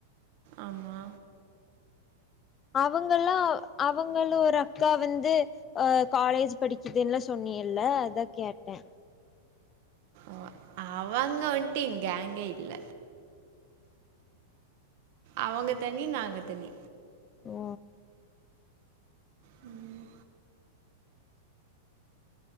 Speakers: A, on the right; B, on the left.
A: ஆமா
B: அவங்கல்லா அவங்கள ஒரு அக்கா வந்து அ காலேஜ் படிக்குதுல்ல சொ சொன்னியல அதா கேட்டே
A: ஓ அவுங்க வந்துட்டு கேங்கே இல்ல அவங்க தனி நாங்க தனி
B: ஒ
A: ம்